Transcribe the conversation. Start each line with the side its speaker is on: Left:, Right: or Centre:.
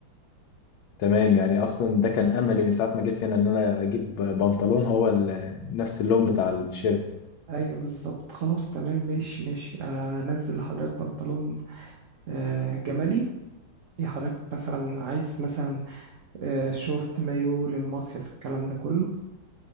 Left: تمام يعني اصلا ده كان املي من ساعه ما جيت هنا ان انا اجيب بنطلون هو ال- نفس اللون بتاع التيشيرت
Right: ايوه بالظبط خلاص تمام ماشي ماشي انزل لحضرتك بنطلون آه، جملي يا حضرتك مثلا عايز مثلا آه، شورت مايو للمصيف الكلام ده كله